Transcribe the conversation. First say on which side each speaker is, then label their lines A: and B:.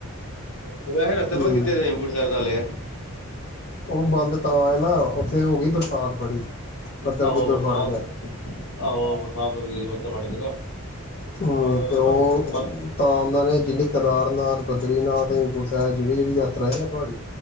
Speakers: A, on the left; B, on the left.
A: ਹੌਰ ਵੈਸੇ ਰਸਤੇ
B: ਹੂੰ
A: ਬੰਦ ਕਿਤੇ ਨੇ ਹਲੇ ਹੇਮਕੁੰਟ ਸਾਹਿਬ ਦੇ
B: ਉਹ ਬੰਦ ਤਾਂ ਹੈ ਨਾ ਉੱਥੇ ਹੋ ਗਈ ਬਰਸਾਤ ਬੜੀ ਬੱਦਲ
A: ਆਹੋ
B: ਬੁੱਦਲ
A: ਬਰਸਾਤ
B: ਫੜ ਗਿਆ
A: ਆਹੋ ਬ ਬਰਸਾਤ ਹੈ ਗਈ ਬਦਲ ਫਟ ਗਏ
B: ਹਮ
A: ਤਾਂ ਕਰੇ
B: ਤੇ ਉਹ
A: ਬੰਦ ਬੰਦ
B: ਤਾਂ ਉਹਨਾਂ ਨੇ ਜਿੰਨੀ ਕੇਦਾਰਨਾਥ ਬਦਰੀਨਾਥ ਗੁਰ ਸਾ ਜਿਹੜੀਿਹੜ ਯਾਤਰਾ ਸੀਆਂ ਨਾ ਪਹਾੜੀ